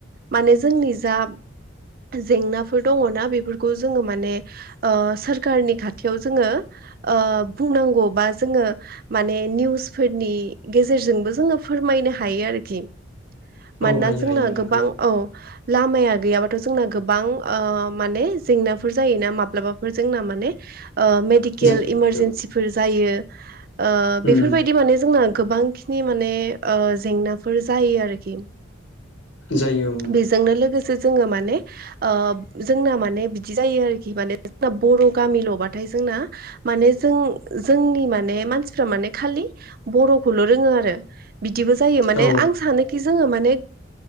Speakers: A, on the right; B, on the left.
A: माने जोंनि जा जेंनाफोर दङना बेफोरखौ जोङो माने ओ सोरखारनि खाथियाव जोङो ओ बुंनांगौ बा जोङो माने निउसफोरनि गेजेरजोंबो जोङो फोर मायनो हायो आरोखि
B: <inaudible>
A: मानोना जोंना
B: हायो नोंथां
A: गोबां औ। लामाया गैयाबाथ' जोंना गोबां ओ माने जेंनाफोर जायोना माब्लाबाफोर जोंना माने ओ मेडिकेल
B: जायो
A: इमारजेन्सिफोर जायो ओ
B: उम
A: बेफोरबायदि माने जोंना गोबांखिनि माने ओ जेंनाफोर जायो आरोखि
B: जायो
A: बेजोंनो लोगोसे जोङो माने ओ जोंना माने बिदि जायो आरोखि माने जोंना बर' गामिल'बाथाय जोंना माने जों जोंनि माने मानसिफ्रा माने खालि बर'खौल' रोङो आरो। बिदिबो जायो माने
B: औ
A: आं सानोखि जोङो मान ओ